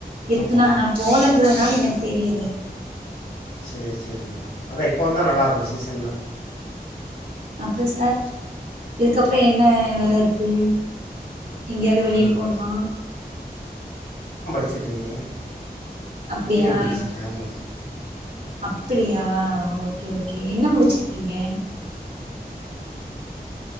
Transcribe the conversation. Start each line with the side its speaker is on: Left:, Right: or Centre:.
Right: இருக்குலாம்
Left: ஆமாம்
Right: நா போலங்கறதுனால யெனக்கு தெரியல
Left: சேரி செரி மேடம் அதா இப்பவந்தா நல்லாருக்கும் சீசன்லா
Right: அப்றம் சார் இதுக்கப்புறம் யென்ன வேலருக்கு யெங்கேயாது
Left: இருந்தாலும்
Right: வெளிய போணுமா
Left: ட்டுருக்கே
Right: அப்டியா
Left: டி ன் பி ஸ் சி க்கு ஆமா
Right: அப் அப்படியா ஓகே ஓகே யென்ன முடிச்சு ருக்கீங்க